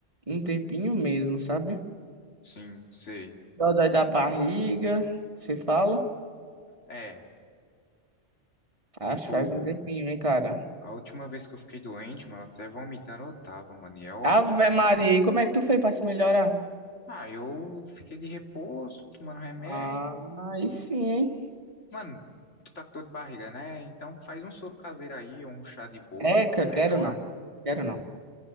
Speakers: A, on the right (about 30°); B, on the left (about 85°).
A: um tempinho mesmo, sabe?
B: Sim, sei.
A: Dói da barriga, você fala?
B: É,
A: Acho
B: tipo.
A: que faz um tempinho, hein, cara.
B: A última vez que eu fiquei doente, mano, até vomitando eu tava, mano, e é horrível.
A: Ave Maria, e como é que tu fez pra se melhorar?
B: Ah, eu fiquei de repouso, tomando remédio.
A: Ah, aí sim, hein?
B: Mano, tu tá com dor de barriga, né? Então faz um soro caseiro aí, ou um chá de boldo
A: Eca,
B: que melhora.
A: quero não. Quero não.